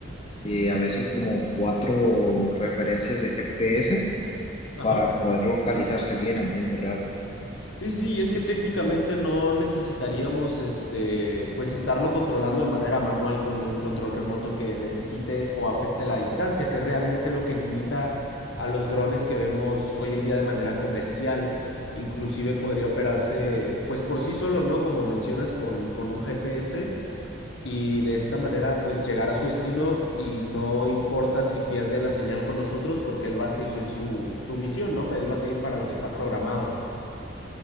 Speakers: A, on the left (about 30°); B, on the left (about 70°).
A: y a veces como cuatro referencias de GPS
B: Ajá.
A: para poder localizarse bien en tiempo real.
B: Sí, sí, es que técnicamente no necesitaríamos este, pues estarlo controlando de manera manual con un control remoto que necesite o afecte la distancia, que es realmente lo que limita a los drones que vemos hoy en día de manera comercial. Inclusive podría operarse pues por sí solo, ¿no? Como mencionas, con, con un GPS y de esta manera pues llegar a su destino y no importa si pierde la señal con nosotros porque él va a seguir su, su misión, ¿no? Él va a seguir para lo que está programado.